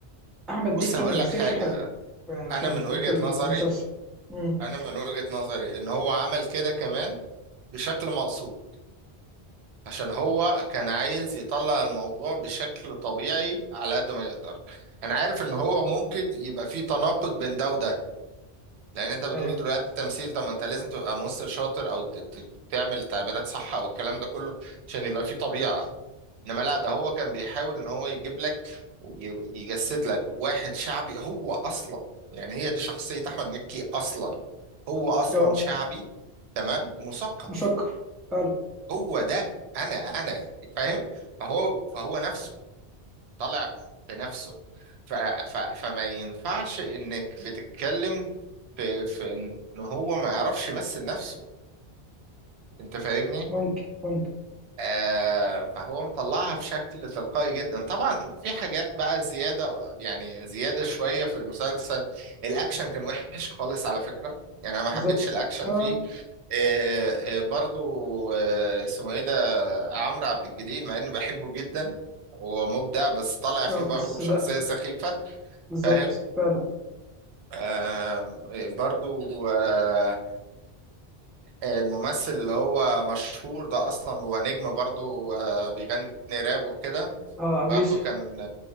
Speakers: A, in the centre; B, on the right.
A: احمد
B: بص
A: مكي
B: هقول
A: ما مثلش
B: لك حاجه
A: حلو ف- في
B: انا
A: ال-
B: من
A: في
B: وجهه
A: ال- في ال-
B: نظري
A: في المسلسل امم
B: انا من وجهه نظري ان هو عمل كده كمان بشكل مقصود عشان هو كان عايز يطلع الموضوع بشكل طبيعي على قد ما يقدر انا عارف ان هو ممكن يبقى فيه تناقض بين ده وده لان انت بتقول
A: ايوه
B: دلوقتي التمثيل طب ما انت لازم تبقى ممثل شاطر او ت- ت- تعمل تعبيرات صح او الكلام ده كله عشان يبقى فيه طبيعة انما لا ده هو كان بيحاول ان هو يجيب لك ويجسد لك واحد شعبي هو اصلا يعني هي دي شخصية احمد مكي اصلا هو اصلا
A: اه
B: شعبي تمام ومثقف
A: مشكر فعلا
B: هو ده انا انا فاهم فهو فهو نفسه طالع بنفسه ف ف فما ينفعش انك بتتكلم في في ان هو ما يعرفش يمثل نفسه انت فاهمني
A: ممكن ممكن
B: آه فهو مطلعها بشكل تلقائي جدا طبعا في حاجات بقى زيادة يعني زيادة شوية في المسلسل الاكشن كان وحش خالص على فكرة يعني انا ما
A: بالظبط
B: حبيتش الاكشن
A: اه
B: فيه آه، آه، برضو آه، اسمه ايه ده عمرو عبد الجليل مع اني بحبه جدا ومبدع بس طالع فيه
A: اه
B: برضه
A: بس
B: بشخصية
A: لا
B: سخيفة
A: بالظبط
B: فاهم
A: فعلا
B: آم، برضه آه، الممثل اللي هو مشهور ده اصلا هو نجم برضه آه، بيغني راب وكده
A: اه ابو
B: برضه
A: يوسف
B: كان